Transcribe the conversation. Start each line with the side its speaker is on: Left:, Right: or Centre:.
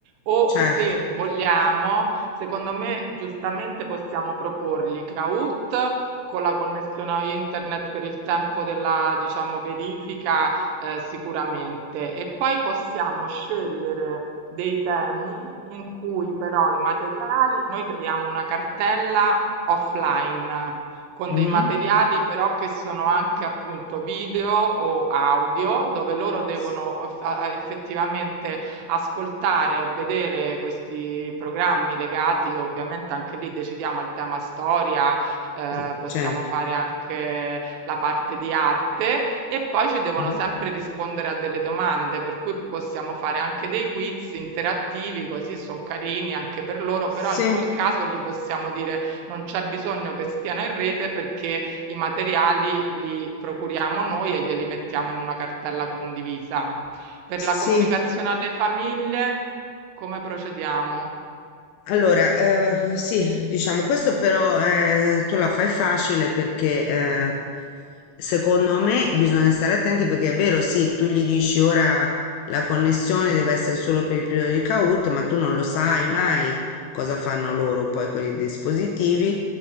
Right: O
Left: Cert
Right: se vogliamo, secondo me giustamente possiamo proporgli Kahoot con la connessione a internet per il tempo della, diciamo, verifica eh, sicuramente e poi possiamo scegliere dei temi in cui però i materiali, noi creiamo una cartella offline con
Left: mh-mh,
Right: dei materiali però che sono anche appunto video o audio, dove loro devono
Left: sì,
Right: eff- a- effettivamente ascoltare o vedere questi programmi legati, ovviamente anche lì decidiamo al tema storia, eh,
Left: Sì.
Right: possiamo
Left: certo.
Right: fare anche la parte di arte e poi ci devono
Left: Mh-mh.
Right: sempre rispondere a delle domande, per cui possiamo fare anche dei quiz interattivi, così sono carini anche per loro,
Left: Sì,
Right: però in quel caso gli possiamo dire non c'è bisogno che stiano in rete perché i materiali li procuriamo noi e glieli mettiamo in una cartella condivisa. Per
Left: sì,
Right: la comunicazione alle famiglie, come procediamo?
Left: Allora, eh, sì, diciamo, questo però eh, tu la fai facile perché eh, secondo me bisogna stare attenti perché è vero, sì, tu gli dici ora la connessione deve essere solo per il periodo di CAUT, ma tu non lo sai mai cosa fanno loro poi con i dispositivi.